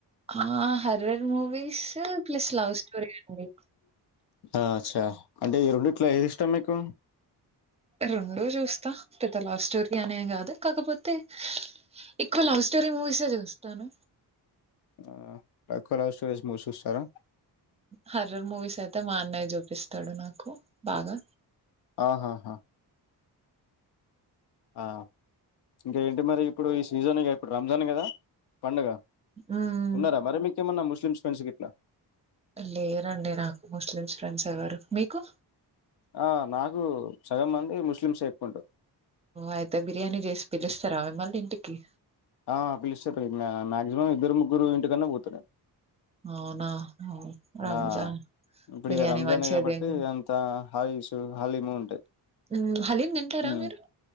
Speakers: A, on the right (about 15°); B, on the left (about 70°).
A: ఆహ్ horror movies plus love story అండి.
B: ఆహ్ అచ్చా అంటే ఈ రెండిట్లా ఏది ఇష్టాం మీకు.
A: రెండు చూస్తా పెద్ద లవ్ స్టోరీ అనేం కాదు కాకపోతే. ఎక్కువ లవ్ స్టోరి మూవీసే చూస్తాను.
B: ఆహ్ ఎక్కువ లవ్ స్టోరీస్ మూవీస్ చూస్తారా.
A: హర్రర్ మూవీస్ అయితే మా అన్నయ్య జూపిస్తాడు నాకు బాగా.
B: ఆహాహా ఆహ్ ఇంకా ఏంటి మరి ఇప్పుడు ఈ సీజన్గా ఇప్పుడు రంజాన్ కదా. పండగ
A: మ్మ్
B: ఉన్నారా మరి మీకేమన్నా ముస్లిం ఫ్రెండ్స్ గిట్లా.
A: లేరండి నాకు ముస్లిమ్స్ ఫ్రెండ్స్ ఎవరు మీకు.
B: ఆహ్ నాకు సగం మంది ముస్లిమ్సే ఎక్కువుంటారు.
A: అయితే బిర్యానీ చేసి పిలుస్తారా మిమ్మల్ని ఇంటికి.
B: ఆహ్ పిలిస్తారు మాక్సిమం ఇద్దరు ముగ్గురు ఇంటికన్నా పోతా నేను.
A: అవునా. ఓ రంజాన్
B: ఆహ్ ఇప్పుడు
A: బిర్యానీ
B: ఇగ రంజానే
A: మంచిగా
B: కాబట్టి
A: తిను
B: అంత హలీషూ హలీము ఉంటాయి.
A: ఉమ్ హలీం తింటారా
B: ఉమ్
A: మీరు.